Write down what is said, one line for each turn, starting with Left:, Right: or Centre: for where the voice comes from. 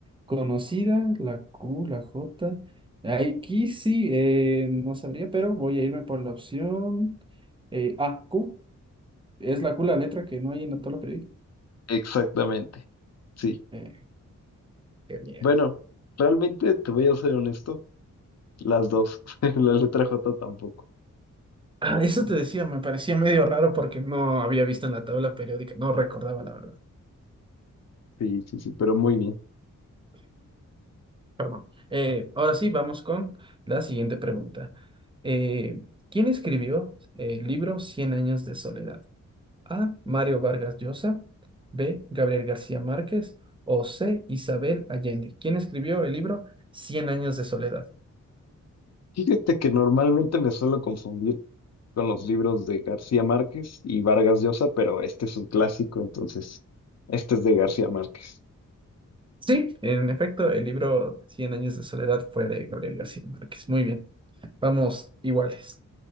Right: conocida, la Q, la J. Aquí sí, eh, no sabría, pero voy a irme por la opción eh, A, Q. Es la Q la letra que no hay en la tabla periódica.
Left: Exactamente, sí.
Right: Eh, qué bien.
Left: Bueno, realmente te voy a ser honesto. Las dos. <laughs> La letra J tampoco.
Right: Ah, eso te decía, me parecía medio raro porque no había visto en la tabla periódica, no recordaba la verdad,
Left: Sí, sí, sí, pero muy bien.
Right: perdón. Eh, ahora sí, vamos con la siguiente pregunta. Eh, ¿quién escribió el libro Cien años de soledad? A. Mario Vargas Llosa, B. Gabriel García Márquez o C. Isabel Allende. ¿Quién escribió el libro Cien años de soledad?
Left: Fíjate que normalmente me suelo confundir con los libros de García Márquez y Vargas Llosa, pero este es un clásico, entonces este es de García Márquez.
Right: Sí, en efecto, el libro Cien años de soledad fue de Gabriel García Márquez. Muy bien, vamos iguales,